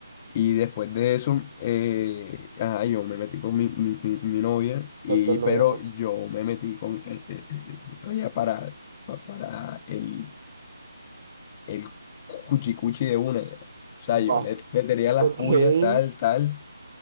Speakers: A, on the left (about 15°); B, on the right (about 30°).
A: y después de eso, eh, ajá, yo me metí con mi, mi- mi- mi novia, y,
B: Doctor Noya,
A: pero
B: ajá.
A: yo me metí con eh, eh, eh, ella para, pa- para el, el cuchicuchi de una. ya. O sea, yo
B: Va.
A: le, le tiraba
B: Ok.
A: las puyas, tal, tal,